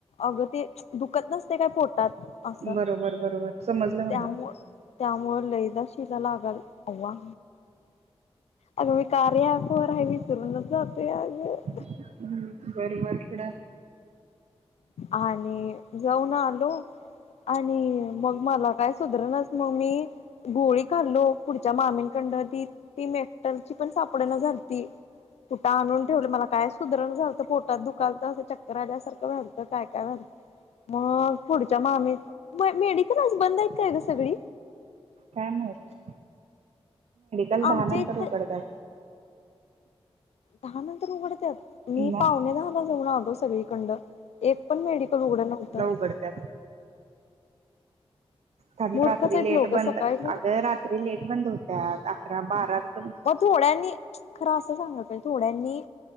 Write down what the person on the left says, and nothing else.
अग ते दुखत नसतय काय पोटात. असं
त्यामुळ
त्यामुळे लैदा शिला लागाल तेव्हा. अगं मी कार्या ॲपवर आहे विसरूनच जातोय अगं.
आणि जाऊन आलो आणि मग मला काय सुधरणाच मग मी गोळी खाल्लो पुढच्या मामींकडन ती. ती मेक्टलची पण सापडना झालती कुठं आणून ठेवले मला काय सुधरण झालतं पोटात दुखालत असं चक्कर आल्यासारखं झालतं काय कायतर. मग पुढच्या मामी मग मेडिकल आज बंद आहेत काय ग सगळी?
आमच्या
इथ
दहा नंतर उघडतात मी
पाऊणे दहाला जाऊन आलतो सगळीकड. एक पण मेडिकल उघडं नव्हतं.
मूर्खच
आहेत
लोक
सकाळी
मग थोड्यांनी खरं असं सांग थोड्यांनी